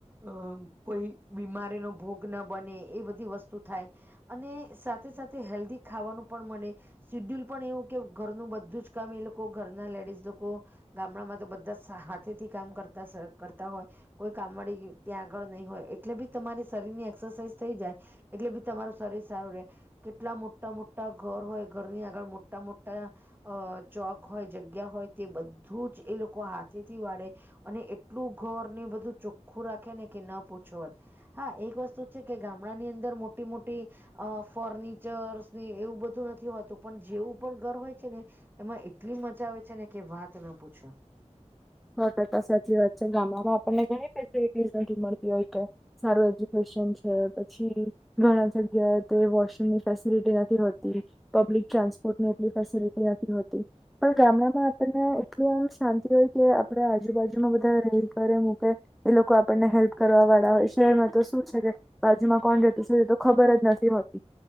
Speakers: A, on the right; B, in the centre.
A: અ કોઈ બીમારીનોો ભોગ ના બને એ બધી વસ્તુ થાય. અને સાથે સાથે હેલ્ધી ખાવાનું પણ મળે સીડ્યુલ પણ એવું કે ઘરનું બધું જ. કામ એ લોકો ઘરના લેડીઝ લોકો. ગામડામાં તો બધા હાથે થી કામ કરતા કરતા હોય. કોઈ કામડી ત્યાં આગળ નહી હોય એટલે બી તમારી શરીર ની એક્સરસાઇઝ થઈ જાય. એટલે બી તમારું શરીર સારું રહેે. કેટલા મોટા મોટા ઘર હોય ઘરની આગળ મોટા મોટા અ. ચોક હોય જગ્યા હોય તે બધું જ એ લોકો હાથેથી વાળે. અને એટલું ઘર ને બધું ચોખ્ખું રાખે ને કે ન પૂછો વાત હા એક વસ્તુ છે કે ગામડા ની અંદર મોટી મોટી. અ ફર્નિચર્ ને એવું બધું નથી હોતું પણ જેવું પણ ઘર હોય છે ને. એમાં એટલી મજા આવે છે ને કે વાત ના પૂછો.
B: સો ટકા સાચી વાત છે ગામડામાં આપણને ઘણી ફેસિિટી નથી મળતી હોય કે. સારું એજ્યુકેશન છે પછી. ઘણા જગ્યાએ તે વોશરૂમ ની ફેસિલિટી નથી હોતી. પબ્લિક ટ્રાન્સપોર્ટની એટલી ફેસિલિટી હતી હતી. પણ ગામડામાં આપણને એટલું આમ શાંતિ હોય. કે આપડે આજુબાજુમાં બધા રે કરે મૂકે. એ લોકો આપણને હેલ્પ કરવા વાળા હોય શહેરમાં તો શું છે કે બાજુમાં કોણ રહેતું છે એ તો ખબર જ નથી હોતી.